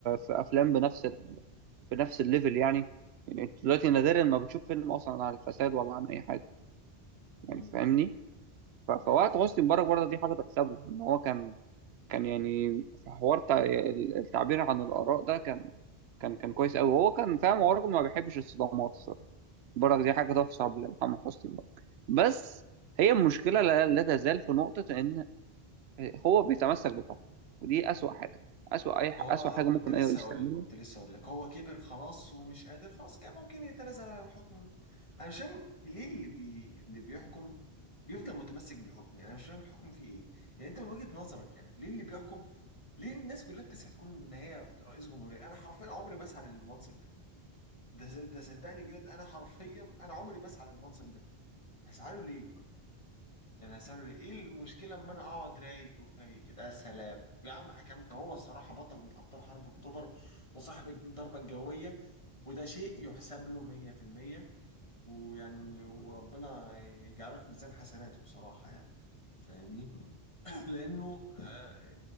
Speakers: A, on the right; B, on the left.
A: في افلام بنفس ال... بنفس الليفل يعني يعني انت دلوقتي نادرا ما بتشوف فيلم اصلا عن الفساد ولا عن اي حاجة يعني
B: مم.
A: فاهمني ف...
B: ايوه
A: فوقت
B: فاهم
A: حسني مبارك برضه دي حاجة تحسب له ان هو كان كان يعني في حوار تع- التعبير عن الآراء ده كان كان كان كويس قوي هو كان فاهم هو راجل ما بيحبش الصدمات الصراحه برك دي حاجه تحسب لمحمد حسني برك بس هي المشكله لا, لا تزال في نقطه ان هو بيتمسك بالحكم ودي اسوأ حاجه اسوأ اي ح-
B: ما هو
A: اسوأ
B: أنا
A: حاجه
B: كنت
A: ممكن
B: لسه
A: اي رئيس
B: هقول
A: تعملها
B: لك كنت لسه هقول لك هو كبر خلاص ومش قادر خلاص كان ممكن يتنازل عن الحكم انا مش فاهم ليه اللي بي... اللي بيحكم بيفضل متمسك بالحكم يعني انا مش فاهم الحكم فيه ايه يعني انت من وجهة نظرك يعني ليه اللي بيحكم ليه الناس كلها بتسعى تكون ان هي رئيس جمهورية انا حرفيا عمري ما اسعى للمنصب ده ده ده صدقني بجد انا حرفيا انا عمري ما اسعى للمنصب ده هسعى له ليه يعني هسأله ليه؟ ايه المشكلة اما انا اقعد رايق وفايق كده يا سلام يا عم حكمت هو الصراحة بطل من ابطال حرب اكتوبر وصاحب الضربة الجوية وده شيء يحسب له 100% ويعني وربنا يجعله في ميزان حسناته بصراحة يعني فاهمني <clears throat> <laughs> لأنه آه،